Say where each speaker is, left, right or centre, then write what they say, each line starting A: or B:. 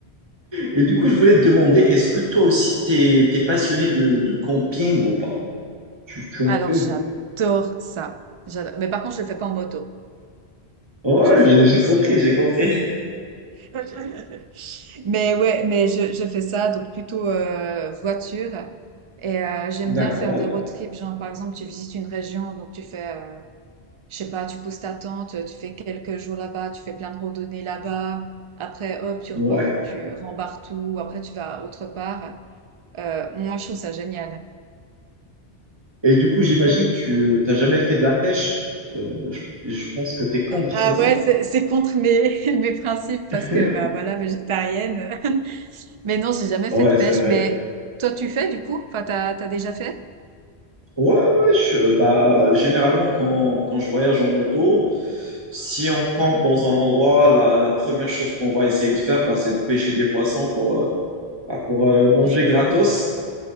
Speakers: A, on the right (about 25°); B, on the right (about 50°).
A: Et du coup, je voulais te demander, est-ce que toi aussi, tu es, passionné de, de camping ou pas? Tu, tu en
B: Alors,
A: fais ou
B: j'adore
A: pas?
B: ça. J'adore. Mais par contre, je le fais pas en moto.
A: Ouais,
B: Je fais
A: j'ai
B: plus.
A: j'ai compris,
B: euh,
A: j'ai compris. <laughs>
B: <laughs> Mais ouais, mais je, je fais ça, donc plutôt euh, voiture. Et euh, j'aime
A: D'accord.
B: bien faire des road trips. Genre, par exemple, tu visites une région, donc tu fais, euh, je sais pas, tu poses ta tente, tu fais quelques jours là-bas, tu fais plein de randonnées là-bas. Après, hop, tu,
A: Ouais.
B: re- tu rembarres tout. Après, tu vas autre part. Euh, moi, je trouve ça génial.
A: Et du coup, j'imagine que tu t'as jamais fait de la pêche. Euh, je, je pense que t'es contre,
B: Bah, ah
A: c'est ça?
B: ouais, c'est c'est contre mes, <laughs> mes principes
A: <laughs>
B: parce que bah voilà, végétarienne. <laughs> Mais non, j'ai jamais
A: Ouais,
B: fait de pêche.
A: c'est vrai.
B: Mais toi, tu fais du coup? Enfin, t'as t'as déjà fait?
A: Ouais, ouais, je- euh, bah, généralement, quand, quand je voyage en moto, si on campe dans un endroit, la, la première chose qu'on va essayer de faire, bah, c'est de pêcher des poissons pour, euh, bah, pour euh, manger
B: En manger,
A: gratos.
B: quoi.